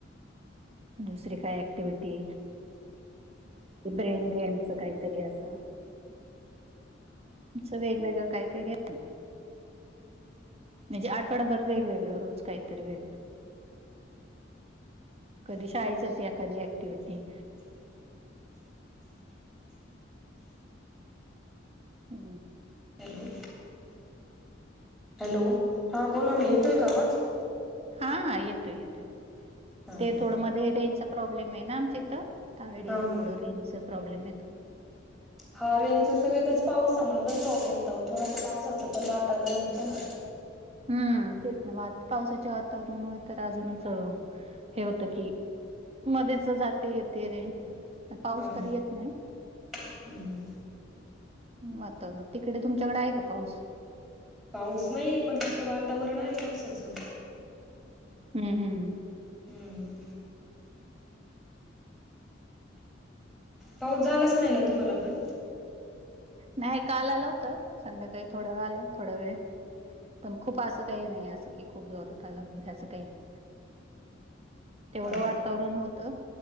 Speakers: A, on the right; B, in the centre.
A: दुसरी काय ॲक्टिविटी ब्रेन गेमच काहीतरी असं त वेगवेगळं काय काय घ म्हणजे आठवडाभर वेगवेगं रोज काहीतरी वेगळं कधी शाळेच या कधी ऍक्टिव्हटी हम्
B: हॅलो हॅलो हा बोला ना येतोय का आवाज
A: हा हा येतोय येतोय
B: हा हा
A: ते थोडं मध्ये रेंजचा प्रॉब्लेम आहे ना आमच्या इथं या आयडियाला
B: हा हा
A: थोडं रेंजचचा प्रॉब्लेम येतो
B: हा रेनच सगळं एकच पावसामुळे पण प्रॉब्लेम येत थोडस पावसाचं पण वातावरण होतं ना
A: हम्म तेच ना वा पावसाच्या वातावरणामुळे तर अजूनच हे होतं की मध्येच जाते येते रेंज पाऊस
B: हा हा
A: तर येत नाही
B: हम्म
A: वातावरण तिकडे तुमच्याकडे आहे का पाऊस
B: पाऊस नाहीये पण फक्त वातावरण आहे पावसाचं
A: हम्म हम्
B: हम्म पाऊस झालाच नाही ना तुम्हाला पण
A: नाही काल आलं होतं संध्याकाळी थोडं आला थोड वेळ पण खूप असं काही नाही असं की खूप जोरात आलं वैरे असं काही नाही तेवढं
B: हा
A: वातावरण होतं.